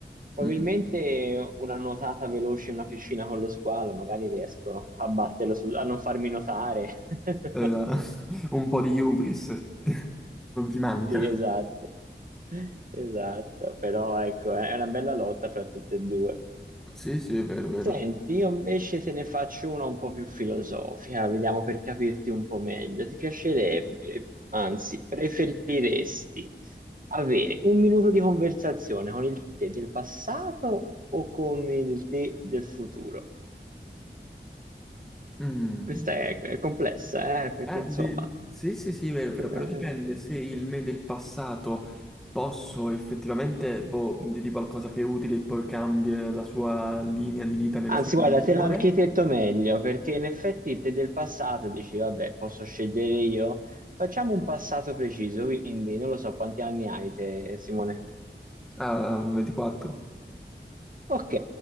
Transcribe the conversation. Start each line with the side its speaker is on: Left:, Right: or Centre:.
Right: Probabilmente
Centre: Mm.
Right: una nuotata veloce in una piscina con lo squalo, magari riesco a batterlo su- a non farmi notare. <laughs>
Centre: Eh, <laughs> un po' di hubris <laughs> non ti manca.
Right: Sì, esatto. Esatto, però ecco, è una bella lotta fra tutte e due.
Centre: Sì, sì, è vero, è vero.
Right: Senti, io invece te ne faccio una un po' più filosofica, vediamo per capirti un po' meglio. Ti piacerebbe, anzi, preferiresti avere un minuto di conversazione con il te del passato o con il te del futuro?
Centre: Mm.
Right: Questa è, è complessa, eh, perché
Centre: Eh,
Right: insomma...
Centre: di- sì, sì, sì, vero, però,
Right: eh,
Centre: però dipende se il me del passato posso effettivamente boh, dirgli qualcosa che è utile e poi cambia la sua linea di vita nella
Right: Anzi,
Centre: sua dimensione.
Right: guarda, te l'architetto meglio, perché in effetti te del passato dici, vabbè, posso scegliere io. Facciamo un passato preciso, quindi non lo so quanti anni hai te, Simone.
Centre: Ah, 24.
Right: Ok,